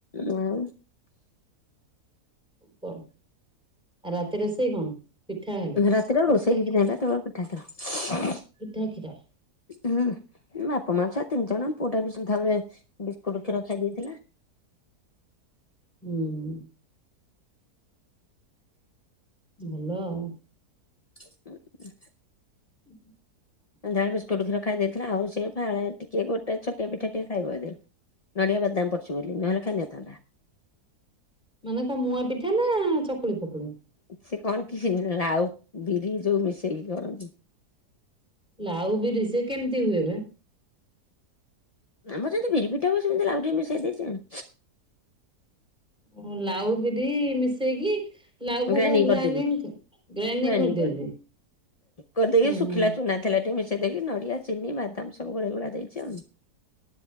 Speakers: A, on the left (about 40°); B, in the centre.
A: ଆଉ।
B: କ ଆଉ ରାତି ରୋଷେଇ କଣ? ପିଠା ଖାଲି
A: ରାତିରେ ଆଉ
B: ପିଠା
A: ରୋଷେଇ କିଛି
B: କ୍ଷୀର
A: ନାଇ ତ କେବଳ‌ ପିଠା ଖିର।
B: ପିଠା କ୍ଷୀର।
A: ହୁଁ ବାପା ମା ଛୁଆ ତିନି ଜଣ ପୁଅ ଟା ବି ସନ୍ଧାବେଳେ ବିସ୍କୁଟ କ୍ଷୀର ଖାଇ ଦେଇେଇଥିଲା।
B: ହୁଁ। ଭଲ ଆଉ।
A: ହୁଁ
B: ହୁଁ
A: ସନ୍ଧ୍ୟା ବେଳେ ବିସ୍କୁଟ ଖୀର। ଖାଇ ଦେଇେଇଥିଲା ଆଉ ସେ ଫାଳେ ଟିକେ ଗୋଟେ ଛୋଟିଆ ପିଠା ଟିକେ ଖାଇବ ଯଦି। ନଡିଆ ବା ଦାମ ପଡୁଛି ବୋଲି ନହେଲେ ଖାଇ ନଥାନ୍ତା।
B: ମାନେ କଁ ମୁଁଆ ପିଠା ନା ଚକୁଳି ପକୁଳି?
A: ସେ କଣ କି ଲାଉ ବିରି ଯୋଉ ମିଶେଇକି କରନ୍ତି।
B: ଲାଉ ବିରି ସେ କେମିତି ହୁଏ ବା?
A: ଆମର ଯେମତି ଭିରି ପିଟା ହୁଏ ସେମତି ଲାଉ ଟିକିଏ ମିଶାଇ ଦେଇଛ ଆଉ।
B: ଓ ଲାଉ ବିରି ମିଶେଇକି। ଲାଉକୁ
A: ଗ୍ରାଇଣ୍ଡିଙ୍ଗ
B: କଣ ଗ୍ରାଇନିଙ୍ଗ
A: କରିଦେଲି
B: ଗ୍ରାଇନିଙ୍ଗ
A: ଗ୍ରାଇଣ୍ଡିଙ୍ଗ
B: କରିଦିଅନ୍ତି।
A: କରିଦେଲି କରିଦେଇକି
B: ଉଁ
A: ଶୁଖିଲା
B: ହୁଁ।
A: ଚୁନା ଥିଲା ଟିକେ ମି ସେଇ ଦେଇକି ନଡିଆ ଚିନି ବାଦାମ ସବୁ ଗୋଳେଇ ଗୁଳା ଦେଇଛି ଆଉ।